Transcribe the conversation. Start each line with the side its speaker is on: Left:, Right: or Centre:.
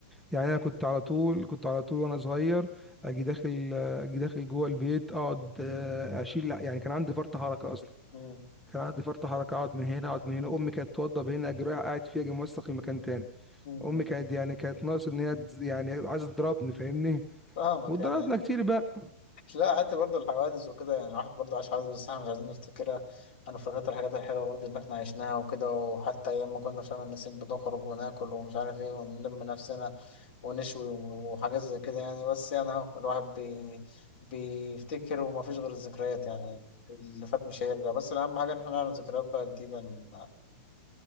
Centre: يعني انا كنت على طول كنت على طول وانا صغير اجي داخل اجي داخل جوه البيت اقعد آه، اشيل لا يعني كان عندي فرط حركه اصلا
Left: مم.
Centre: كان عندي فرط حركه اقعد من هنا اقعد من هنا امي كانت توضب هنا اجي رايح قاعد فيها اجي موسخ المكان تاني
Left: مم.
Centre: امي كانت يعني كانت ناقص ان هي تز- يعني عايزه تضربني فاهمني
Left: فاهمك
Centre: واتضربنا
Left: يعني
Centre: كتير بقى
Left: لا حتى برضه الحوادث وكده يعني الواحد برضه عاش حوادث بس احنا مش عايزين نفتكرها انا فاكرت الحاجات الحلوه برضه اللي احنا عشناها وكده وحتى ايام ما كنا في شم النسيم بنخرج وناكل ومش عارف ايه ونلم نفسنا ونشوي وحاجات زي كده يعني بس يعني اهو الواحد بي بيفتكر ومفيش غير الذكريات يعني اللي فات مش هيرجع بس الاهم حاجه ان احنا نعمل ذكريات بقى جديده ن-